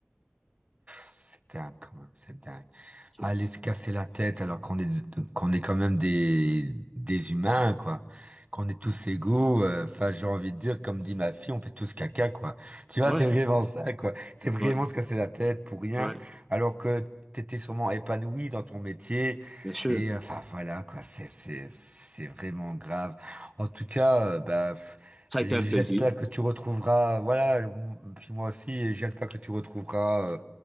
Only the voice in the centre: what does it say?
C'est-
c'est-
Ouais,
ouais,
ouais,
bien sûr.
Ça a
été un plaisir.